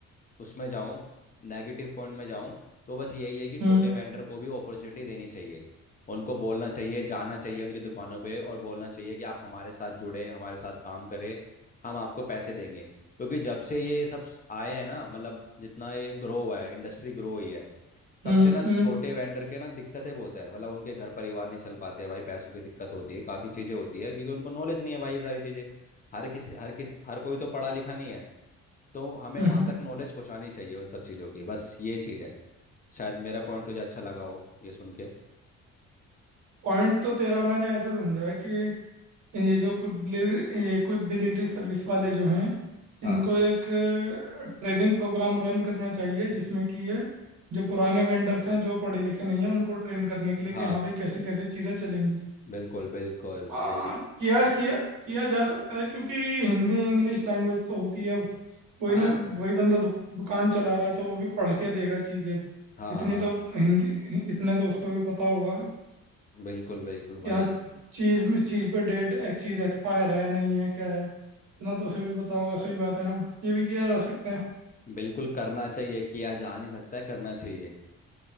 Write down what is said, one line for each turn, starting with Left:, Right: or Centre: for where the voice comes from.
Left: उसमें जाऊं नेगेटिव पॉइंट में जाऊं तो बस यही है कि छोटे
Right: हम्म
Left: वेंडर को भी अपॉर्चुनिटी देनी चाहिए उनको बोलना चाहिए जाना चाहिए उनकी दुकानों पे और बोलना चाहिए कि आप हमारे साथ जुड़े हमारे साथ काम करें हम आपको पैसे देंगे क्योंकि जब से ये सब आए हैं ना मतलब जितना ये ग्रो हुआ है इंडस्ट्री ग्रो हुई है तब
Right: हम्म
Left: से ना छोटे
Right: हम्म
Left: वेंडर के ना दिक्कतें बहुत है मतलब उनके घर परिवार नहीं चल पाते हैं भाई पैसों की दिक्कत होती है काफ़ी चीज़ें होती है क्योंकि उनको नॉलेज नहीं है भाई ये सारी चीज़ें हर किसी हर किस हर कोई तो पढ़ा लिखा नहीं है तो हमें
Right: हम्म
Left: वहां तक नॉलेज पहुंचानी चाहिए उन सब चीजों की बस ये चीज है शायद मेरा पॉइंट तुझे अच्छा लगा हो ये सुन के
Right: पॉइंट तो तेरा मैंने ऐसे समझा है कि ये जो क्विक डिलीवरी ये क्विक डिलीवरी सर्विस वाले जो हैं इनको
Left: हाँ
Right: एक ट्रेनिंग प्रोग्राम रन करना चाहिए
Left: हम्म।
Right: जिसमें कि ये जो पुराने वेंडर्स हैं जो पढ़े लिखे नहीं हैं उनको ट्रेन करने के लिए
Left: हाँ
Right: कि हाँ भाई कैसे कैसे चीज़ें चलेंगी
Left: बिल्कुल बिल्कुल
Right: हाँ
Left: सही
Right: किया किया किया जा सकता है क्योंकि हिंदी इंग्लिश लैंग्वेज तो होती है अब कोई
Left: हाँ
Right: ना वही बंदा दुक, दुकान चला रहा है तो वो भी पढ़ के देगा चीज़ें
Left: हाँ
Right: इतनी
Left: हाँ
Right: तो हिंदी इतने तो उसको भी पता होगा
Left: बिल्कुल बिल्कुल भाई
Right: कि हाँ चीज़ में- चीज़ पे डेट चीज़ एक्सपायर है नहीं है क्या है इतना तो उसे भी पता होगा सही बात है हाँ ये भी किया जा सकता है
Left: बिल्कुल करना चाहिए किया जा नहीं सकता है करना चाहिए